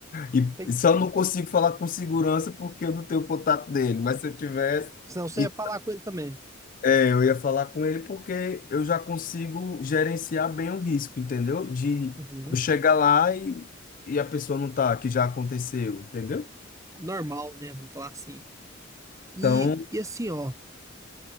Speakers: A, on the left; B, on the right.
A: E
B: Tem...
A: e só não consigo falar com segurança porque eu não tenho contato dele, mas se eu tivesse,
B: Senão você
A: e-
B: ia falar com ele também.
A: é, eu ia falar com ele porque eu já consigo gerenciar bem o risco, entendeu? De
B: Uhum.
A: eu chegar lá e, e a pessoa não tá, que já aconteceu, entendeu?
B: Normal, né? Vamos falar assim. E,
A: Então,
B: e assim, ó,